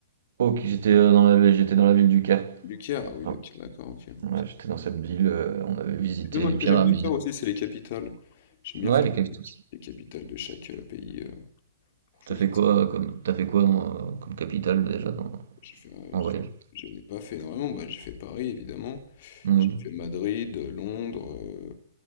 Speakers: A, on the right (about 65°); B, on the left (about 40°).
A: Ok, j'étais euh, dans la, j'étais dans la ville du Caire.
B: le Caire? Ah oui,
A: Ouais,
B: le Caire, d'accord, ok.
A: ouais,
B: Parce que,
A: j'étais dans cette ville, euh, on avait visité
B: tu sais, moi,
A: les
B: ce
A: pyramides.
B: que j'aime bien faire aussi, c'est les capitales. J'aime bien
A: Ouais,
B: faire
A: les capitales.
B: les, les capitales de chaque euh, pays. euh. Franchement,
A: T'as fait
B: c'est
A: quoi
B: sympa.
A: euh, comme, t'as fait quoi euh, comme capitale déjà dans...
B: J'ai fait, euh,
A: en
B: j'ai-
A: voyage.
B: je n'ai pas fait énormément. Bah, j'ai fait Paris, évidemment.
A: Mm,
B: J'ai fait Madrid, euh, Londres. euh,